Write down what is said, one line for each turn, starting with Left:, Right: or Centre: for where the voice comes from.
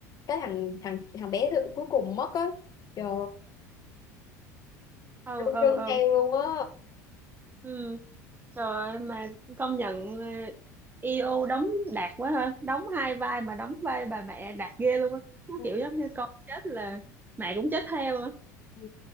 Left: cái thằng thằng thằng bé thứ- cuối cùng mất á. Trời
Right: ừ
Left: ơi, rưng
Right: ừ,
Left: rưng
Right: ừ.
Left: theo luôn á.
Right: ừ. trời ơi, mà công nhận ờ, EO đóng đạt quá ha đóng hai vai mà đóng vai bà mẹ đạt ghê luôn á nó
Left: Ừ.
Right: kiểu giống như con chết là mẹ cũng chết theo á
Left: Ừ.